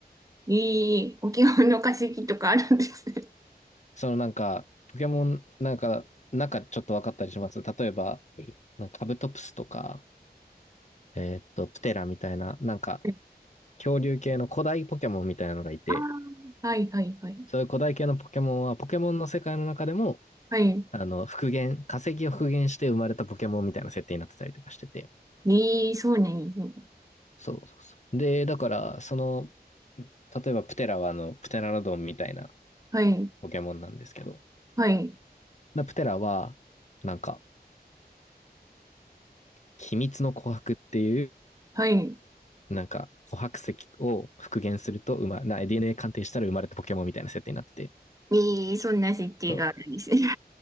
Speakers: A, on the right (about 20°); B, on the left (about 45°).
A: えー、沖縄の化石とかあるんですね。
B: そのなんか、ポケモン、なんか、なんかちょっと分かったりします。例えば、なんかカブトプスとか、えーっと、プテラみたいな、なんか、
A: <laughs>
B: 恐竜系の古代ポケモンみたいなのがいて、
A: ああ、はい、はい、はい。
B: そういう古代系のポケモンは、ポケモンの世界の中でも、
A: はい。
B: あの、復元、化石を復元して生まれたポケモンみたいな設定になってたりとかしてて。
A: えー、そうなんですね。
B: そうそうそう。で、だから、その、例えばプテラはあの、プテラノドンみたいな
A: はい、
B: ポケモンなんですけど、
A: はい、
B: でプテラは、なんか、秘密の琥珀っていう、
A: はい。
B: なんか、琥珀石を復元すると、ま、な、DNA 鑑定したら生まれたポケモンみたいな設定になってて、
A: えー、そんな設定があるんですね。
B: そう。